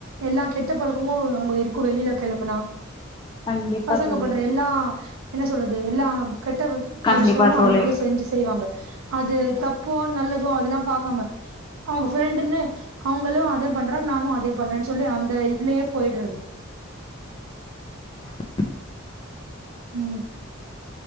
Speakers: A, on the right (about 85°); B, on the left (about 20°).
A: எல்லா கெட்டா பழக்கமு அங்க இருக்கு வெளியில கெளம்புனா
B: கண்டிப்பா
A: பசங்க
B: தோழி
A: பண்ற எல்லா என்ன சொல்றது எல்லாம் கெட்ட
B: கண்டிப்பா
A: விஷயமு
B: தோழி
A: அவுங்களு செஞ்சு செய்வாங்க அது தப்போ நல்லதோ அதுல்லா பாக்காம அவுங்க ஃப்ரெண்டுன்னு அவுங்களு அதே பண்றாங் நானு அதே பண்றேன்னு அந்த இதுலயே போயிட்றது
B: <inaudible>
A: ம்